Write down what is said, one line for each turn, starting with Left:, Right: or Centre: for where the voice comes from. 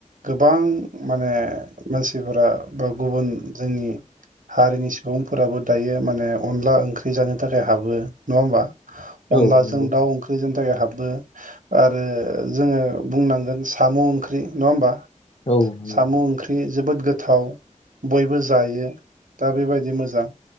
Right: गोबां माने मानसिफोरा बा गुबुन जोंनि हारिनि सुबुंफोराबो दायो माने अनला ओंख्रि जानो थाखाय हाबो नङा होमबा? अनलाजों
Left: औ नंगौ
Right: दाउ ओंख्रि जायनि थाखाय हाब बो आरो जोङो बुंनांगोन साम' ओंख्रि नङा होमबा?
Left: औ नंगौ
Right: साम' ओंख्रि जोबोद गोथाव बयबो जायो। दा बेबायदि मोजां